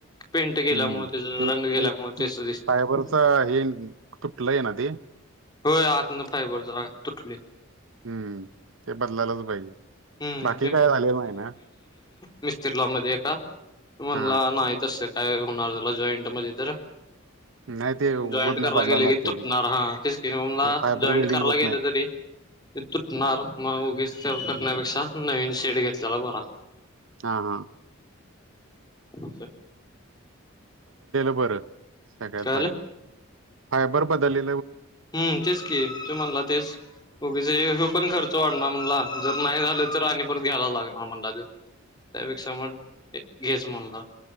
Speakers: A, on the left; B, on the right.
A: पेंट गेल्यामु
B: हम्म
A: त्याच
B: ते
A: रंग गेल्यामु
B: एक
A: तेच दिसत
B: फायबरचा हे तुटलंय ना ते
A: होय आत ना फायबर तुटली
B: हम्म ते बदलालाच पाहिजे
A: हम्म
B: बाकी काय झालेलं नाही ना
A: मिस्त्रीलामध्येध्ये का म्हणला
B: हा
A: नाही तसं काय होणार त्याला जॉईंट मध्ये तर
B: नाही ते होत
A: जॉईंट कराय
B: नाही बदलायला
A: गेले
B: लागते
A: की तुटणार
B: ते
A: हा ते ममला
B: फायबर
A: जॉईंट
B: वेल्डिंग
A: कराला
B: होत
A: गेलं
B: नाही
A: तरी ते तुटणार मग उगीच ते करण्यापेक्षा नवीन शेड घेतलेला बरा
B: हा हा
A: अ
B: बर सगळत
A: कळालं
B: बारी फायबर बदले
A: हम्म तेस की तू म्हणला तेस गे हे पण खर्च वाढणार म्हणला जर नाही झालं तर आणि परत घ्यायला लागणार म्हणला त्यापेक्षा सामज घेच म्हणला